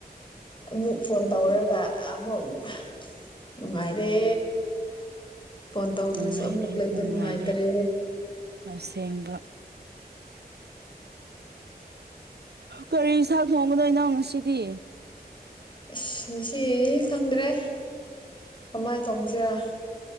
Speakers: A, on the left (about 30°); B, on the right (about 80°).
A: ꯑꯃꯨꯛ ꯐꯣꯟ
B: ꯎꯝ
A: ꯇꯧꯔꯒ ꯑꯃꯨꯛ ꯅꯨꯡꯉꯥꯏꯔꯦ ꯐꯣꯟ ꯇꯧꯗ꯭ꯔꯁꯨ
B: ꯅꯨꯡꯉꯥꯏꯔꯦ
A: ꯑꯃꯨꯛ ꯂꯩꯕ
B: ꯅꯨꯡꯉꯥꯏꯔꯦ
A: ꯅꯨꯡꯉꯥꯏꯇꯔꯦ
B: ꯑꯁꯦꯡꯕ ꯀꯔꯤ ꯏꯁꯥꯡ ꯊꯣꯡꯕꯅꯣ ꯏꯅꯥꯎ ꯉꯁꯤꯗꯤ
A: ꯏꯁꯁ ꯉꯁꯤ ꯈꯪꯗ꯭ꯔꯦ ꯀꯃꯥꯏꯅ ꯇꯧꯁꯤꯔꯥ